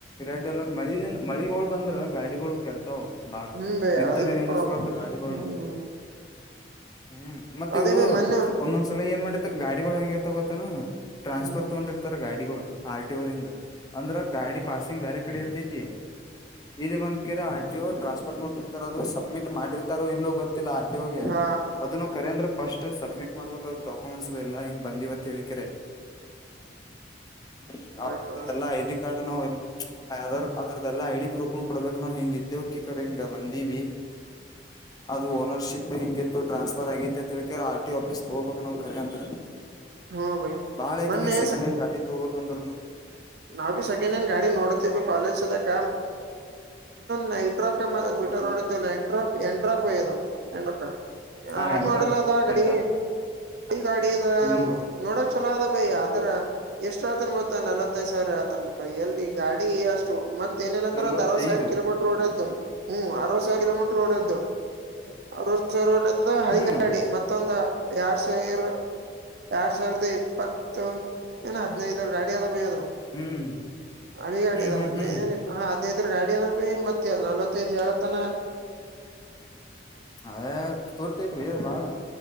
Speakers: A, on the left; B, on the right.
A: ರೆಡ್ ಅಲರ್ಟ್ ಮಳಿಂದ ಮಳಿಗಳು ಬಂದ್ರ ಗಾಡಿಗಳು ಕೆಡತ ಬಾಳ
B: ಹ್ಮ್ ಬೈ
A: ನಿತ್ತಲ್ಲಿ
B: ಅದು ಬಿ
A: ನಿಂದರ್ಸಬಾರತು
B: ಪ್ರಾಬ್ಲಮ್
A: ಗಾಡಿನು
B: ಹ್ಮ್
A: ಹ್ಮ್ ಮತ್ತೆ
B: ಅದೇ
A: ಇವು
B: ಬೈ ಮೊನ್ನೆ
A: ಒಂದೊಂದ್ಸಲ ಏನ್ ಮಾಡಿರ್ತ ಗಾಡಿಗಳು ಹೆಂಗಿರ್ತ ಗೊತ್ತೇನ ಟ್ರಾನ್ಸ್ಫರ್
B: ಹ್ಮ್
A: ತಗೊಂಡು ಇತರ್ ಗಾಡಿಗಳು ಆರ್ ಟಿ ದಿಂದ ಅಂದ್ರ ಗಾಡಿ ಪಾಸಿಂಗ್ ಬೇರೆ ಕಡೆ ಇರ್ತತಿ ಇಲ್ಲಿ ಬಂದ್ ಕೆರೆ ಆರ್ಟಿ ಟ್ರಾನ್ಸ್ಫರ್ ತಗೊಂಡಿರ್ತಾರ ಅದು ಸಬ್ಮಿಟ್ ಮಾಡಿರ್ತಾರ ಇಲ್ಲೋ ಗೊತ್ತಿಲ್ಲ ಆ ಹೋಗ
B: ಹಾ
A: ಅದು ನಾವು ಕರೆ ಅಂದ್ರ ಫಸ್ಟ್ ಸಬ್ಮಿಟ್ ಮಾಡ್ಬೇಕ ಡಾಕ್ಯುಮೆಂಟ್ಸ್ ಅ ಎಲ್ಲಾ ಹಿಂಗ ಬಂದಿವವತ್ ಹೇ ಹ್ಮ್ ಅ್ರದ್ದ
B: ಆಯ್ತು
A: ಎಲ್ಲಾ ಐ ಡಿ ಕಾರ್ಡ್ ನಾವವು ಎ ಯಾದ್ ಅಂಥದ್ದಲ್ಲ ಐ ಡಿ ಪ್ರೂಫ ನ ಕೊಡ್ಬೇಕಕ್ ನಾವವು ಹಿಂಗ ಇದ್ದೇವುಕ್ಕಿ ಕಡೆ ಹಿಂಗ ಬಂದಿವವಿ ಅದು ಓನರ್ಶಿಪ್ ಹಿತ್ತು ಟ್ರಾನ್ಸ್ಫರ್ ಆಗಿತಿ ಅಂತ ಹೇಳಳ್ಕ ಆರ್ಟಿ ಫೀಸ್ಗೆ ಹೋಗಬೇಕ ನವು ಕರ್ಗಂತ
B: ಹಾ ಭೈ
A: ಬಾಳಐತಿ
B: ಮೊನ್ನೆ
A: ಭೈ ಸೆಕಂಡ್ ಹೆಂಗ್ ಗಾಡಿ ತಗೋ ಬೇಕಂದ್ರೂನು
B: ನಾವು ಬಿ ಸೆಂಡ ಏನ್ ಗಾಡಿ ನೋಡ್ತೀವಿ ಕಾಲೇಜ ಸಲ್ಯಾಕ ನೈಟ್ರೋಕ ಮ ಬಿಟ ನೋಡ ನೈಟ್ರೋಕ್ ಎಂಡಟ್ರಾಕ್ ಬಯ ಅದು ಎಂಡ್ರಕ್ಕ
A: ಹಾ ಎಂಟಾರ್
B: ಮಾಡಲ್ ಅದ ಗಾಡಿ
A: ಎಂಟಾರ್
B: ಗಾಡಿ ಅದ
A: ಹ್ಮ್
B: ನೋಡೋ ಚಲೋ ಅದ ಭೈ ಆದ್ರ ಎಷ್ಟು ಆತನ್ ಗೊತ್ತಾ ನಲವತ್ತೈ್ ಸಾವಿರ ಆತನ್ ಎಲ್ಲಿ ಗಾಡಿ ಅಷ್ಟು ಮತ್ ಏನಿಲ್ಲ ಅಂದ್ರು
A: ನಲ್ವತ್ತೈದು
B: ಒಂದ್ ಅರವತ್ತು ಸಾವಿರ ಹ್ಮ್ ಅರವತ್ತು ಸಾವಿರ ಕಿಲೋಮೀಟರ್ ಓಡೈತ್ ಅರವತ ಸಾವಿರ ಅದ ಹಳಿಗಾಡಿ
A: ಹ್ಮ್
B: ಮತ್ತೊಂದು ಎರಡ್ ಸಾವಿರ ಎರಡ್ ಸಾವಿರದ ಇಪ್ಪತ್ತು ಏನ ಹದ್ನೈದ್ರ ಗಾಡಿ ಅದ ಬೈ ಅದು
A: ಹ್ಮ್
B: ಅಡಿ ಗಡಿದ
A: ಹ್ಮ್ ಹ್ಮ್
B: ಹದಿನೈದ
A: ಹ್ಮ್ ಹ್ಮ್
B: ಏನ್ ಹಾ ಹಡ್ನೈದ ಗಾಡಿ ಅದ ಭೈ ಮತ್ತೆ ನಲ್ವತ್ತೈದ್ ಹೇಳತಾನ.
A: ಅದೇ ತುಟ್ಟಿ ಬೀ ಅದ ಭಾಳ